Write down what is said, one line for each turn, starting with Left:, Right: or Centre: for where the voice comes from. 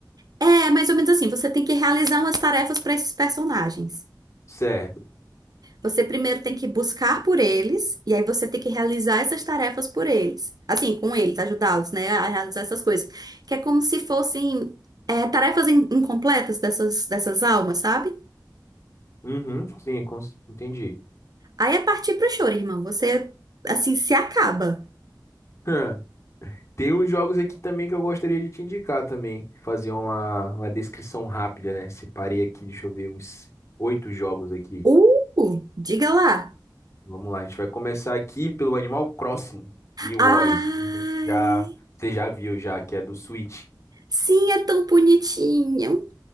Right: É mais ou menos assim, você tem que realizar umas tarefas para esses personagens.
Left: Certo.
Right: Você primeiro tem que buscar por eles, e aí você tem que realizar essas tarefas por eles. Assim, com eles, ajudá-los, né, a realizar essas coisas. Que é como se fossem é, tarefas in- incompletas dessas, dessas almas, sabe?
Left: Uhum, sim, cons- entendi.
Right: Aí é partir pro choro, irmão. Você, assim, se acaba.
Left: <laughs> Tem uns jogos aqui também que eu gostaria de te indicar também. Fazer uma, uma descrição rápida, né? Separei aqui, deixa eu ver, uns oito jogos aqui.
Right: Uh, diga lá.
Left: Vamos lá, a gente vai começar aqui pelo Animal Crossing New
Right: Ai,
Left: Orleans. Você já, você já viu já, que é do Switch.
Right: sim, é tão bonitinho.